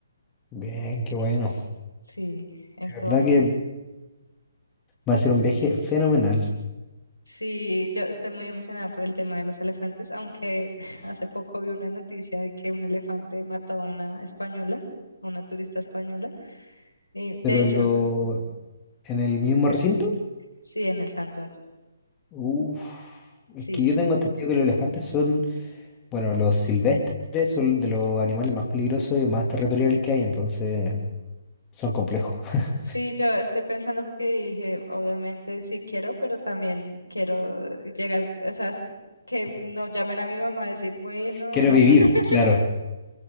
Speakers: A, on the left (about 20°); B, on the left (about 80°).
A: Bien, qué bueno.
B: Sí, entonces
A: La verdad que va a ser un viaje fenomenal.
B: sí, yo estoy muy emocionada por el tema de los elefantes, aunque <laughs> hace poco vi una noticia de que un elefante mató a una española, a una turista española, y de
A: Pero
B: hecho,
A: en lo, en el mismo recinto,
B: sí, en el santuario,
A: uff,
B: sí.
A: es que yo tengo entendido que los elefantes son, bueno, los silvestres son de los animales más peligrosos y más territoriales que hay, entonces son complejos. <laughs>
B: Sí, yo estoy pensando porque dije, obviamente sí quiero, pero también quiero llegar, o sea, s- que no llamen a mi mamá a decir, bueno,
A: Quiero
B: ah,
A: vivir,
B: <laughs>
A: claro.